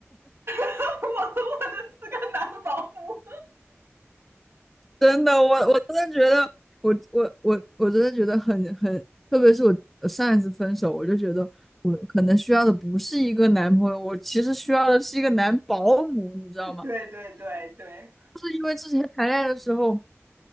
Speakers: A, on the right; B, in the centre.
A: <laughs> 我我的四个男保姆。
B: 真的，我我真的觉得，我我我我真的觉得很很，特别是我呃上一次分手，我就觉得我可能需要的不是一个男朋友，我其实需要的是一个男保姆，你知道吗？
A: 对对对对，
B: 因为之前谈恋爱的时候。